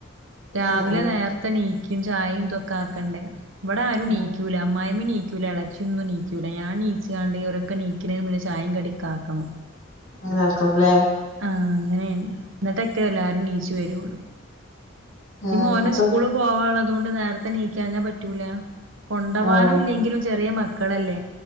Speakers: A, on the right; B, on the left.
A: രാവിലെ
B: ആഹ് ആഹ്
A: നേരത്തെ നീക്കും ചായയും ഇതൊക്കെ ആക്കണ്ടേ ഇവിടെ ആരും
B: ആഹ്
A: നീക്കൂല അമ്മായിമ്മ നീക്കൂില്ല ഇളച്ചൊന്നും നീക്കൂില്ല ഞാൻ നീച്ചുകാണ്ട് ഇവരൊക്കെ നീക്കുന്ന മുന്നെ ചായ കടി ഓക്കെ ആക്കണം
B: അങ്ങനെ ആക്കണല്ലെ
A: ആഹ അങ്ങനെയാണ് എന്നിട്ടൊക്കെ എല്ലരും നീച്ചു വരുള്ളു
B: ആഹ്
A: ഇക്ക്മോന്
B: അപ്പൊ
A: സ്കൂള് പോവാുള്ളതുകൊണ്ട് നേരത്തെ നീക്കാഞ്ഞാ പറ്റൂല കൊണ്ടവാനും
B: ആഹ്
A: ഇല്ലെങ്കിലും ചെറിയ മക്കളല്ലേ